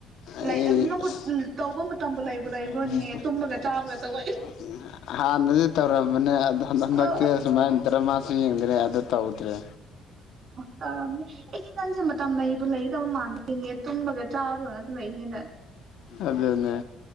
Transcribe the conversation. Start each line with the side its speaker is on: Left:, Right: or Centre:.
Left: ꯑꯩ
Right: ꯂꯩ ꯅꯪꯕꯨ
Left: ꯑꯁ
Right: ꯇꯧꯕ ꯃꯇꯝꯕꯨ ꯂꯩꯕꯨ ꯂꯩꯕ꯭ꯔꯣꯅꯦ ꯇꯨꯝꯕꯒ ꯆꯥꯕꯒ ꯇꯧꯋꯦ
Left: ꯍꯥꯟꯅꯗꯤ ꯇꯧꯔꯝꯕꯅꯦ ꯑꯗꯣ ꯍꯟꯗꯛ ꯍꯟꯗꯛꯇꯤ
Right: ꯑ
Left: ꯁꯨꯃꯥꯏꯅ ꯗ꯭ꯔꯃꯥ ꯁꯤ ꯌꯦꯡꯗ꯭ꯔꯦ ꯑꯗꯨ ꯇꯧꯗ꯭ꯔꯦ
Right: ꯇꯧꯔꯝ ꯑꯩꯁꯦ ꯅꯪꯁꯦ ꯃꯇꯝ ꯂꯩ ꯑꯩꯕꯨ ꯂꯩꯗꯕ ꯃꯥꯟꯗ ꯏꯡꯉꯦ ꯇꯨꯝꯕꯒ ꯆꯥꯕꯒꯅ ꯑꯗꯨꯝ ꯂꯩꯅꯤꯅ
Left: ꯑꯗꯨꯅꯦ